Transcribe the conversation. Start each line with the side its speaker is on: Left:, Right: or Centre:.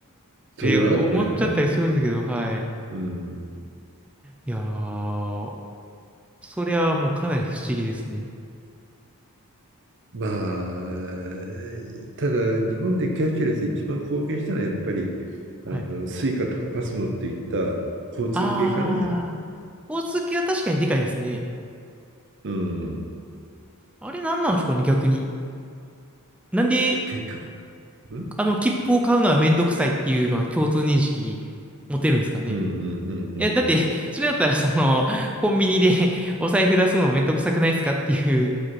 Centre: て思っちゃったりするんだけど、
Right: れはあるんだよな。
Centre: はい。
Right: うん。
Centre: いやー、それはもうかなり不思議ですね。
Right: まあ、ただ日本でキャッシュレス一番貢献したのはやっぱり
Centre: はい。
Right: あのスイカとかパスモっていった交通系かね。
Centre: あー、スポーツ系は確かにでかいですね。
Right: うん。
Centre: あれ何なんでしょうかね、逆に。なんで、
Right: 結局、うん
Centre: あの、切符を買うのはめんどくさいっていうのは共通認識持てるんですかね。
Right: うんうんうん
Centre: いや、だって、<laughs> それだったら、その、コンビニで <laughs> お財布出すのもめんどくさくないですかっていう。